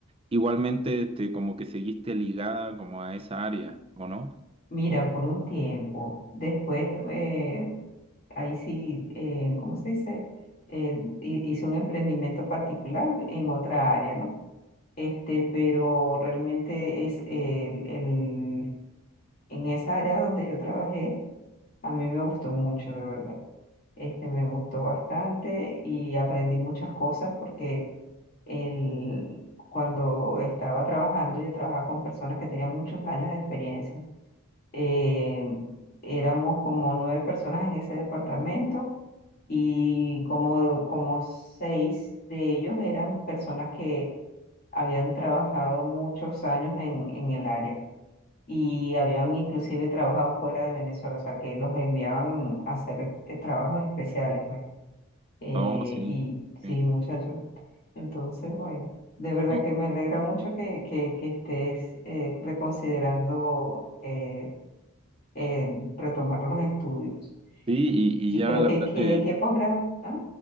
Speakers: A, on the right (about 25°); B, on the left (about 40°).
A: igualmente, este, como que seguiste ligada como a esa área, ¿o no?
B: mira, por un tiempo, después, eh, ahí sí, eh, ¿cómo se dice? Eh, hi- hice un emprendimiento particular en otra área, ¿no? Este, pero realmente es el, el- en esa área donde yo trabajé, A mí me gustó mucho, de verdad. Este me gustó bastante y aprendí muchas cosas porque el, cuando estaba trabajando, yo trabajaba con personas que tenían muchos años de experiencia. Eh, éramos como nueve personas en ese departamento y como, como seis de ellos eran personas que habían trabajado muchos años en, en el área y habían inclusive trabajado fuera de Venezuela, o sea, que los enviaban a hacer eh, trabajos especiales, pues. Eh,
A: Oh, sí,
B: y sí,
A: sí.
B: muchachos. Entonces, bueno, de verdad
A: No,
B: que me alegra mucho que, que, que estés eh, reconsiderando eh, eh, retomar los estudios.
A: sí, y,
B: Y,
A: y ya
B: pero
A: la
B: ¿qué,
A: verdad
B: qué,
A: que
B: qué posgrado? Ah,